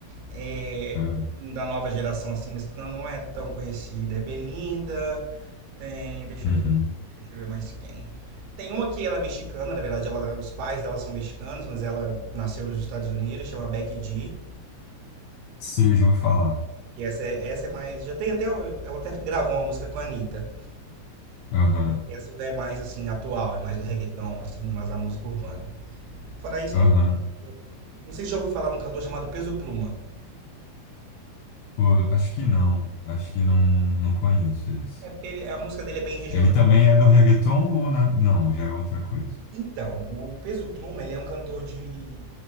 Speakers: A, on the right; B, on the left.
A: é,
B: Ah,
A: da nova geração, assim, mas que não, não é tão conhecida. É Belinda, tem. Deixa
B: Uhum.
A: eu ver. Deixa eu ver mais quem. Tem uma que ela é mexicana, na verdade, ela, os pais dela são mexicanos, mas ela nasceu nos Estados Unidos, chama Becky G.
B: Você já ouviu falar?
A: E essa é, essa é mais. Já tem até. Ela até gravou uma música com a Anitta.
B: Aham,
A: Essa já é mais assim, atual, é mais do reggaeton, assim, mais da música urbana. Fora isso,
B: aham.
A: não. Não sei se já ouviu falar de um cantor chamado Peso Pluma.
B: Pô, acho que não. Acho que não, não conheço esse.
A: É porque ele- a música dele é bem regional
B: Ele também é do reggaeton ou na- não? Já é outra coisa.
A: Então, o Peso Pluma, ele é um cantor de,